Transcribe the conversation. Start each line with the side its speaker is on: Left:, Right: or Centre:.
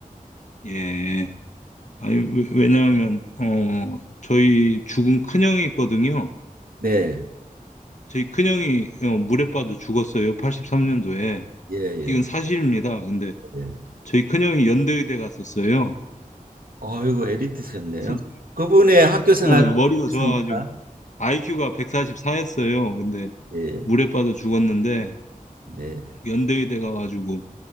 Left: 예. 아니, 왜- 왜냐하면 어 저희 죽은 큰형이 있거든요.
Right: 네.
Left: 저희 큰형이 어, 물에 빠져 죽었어요. 83년도에.
Right: 예, 예,
Left: 이건 사실입니다. 근데
Right: 예.
Left: 저희 큰형이 연대의대 갔었어요.
Right: 아이고 에리트셨네요.
Left: 선-
Right: 그분의 학교
Left: 예,
Right: 생활은
Left: 머리가
Right: 어떻습니까?
Left: 좋아서. IQ가 144였어요. 근데
Right: 예.
Left: 물에 빠져 죽었는데
Right: 네.
Left: 연대의대 가가지고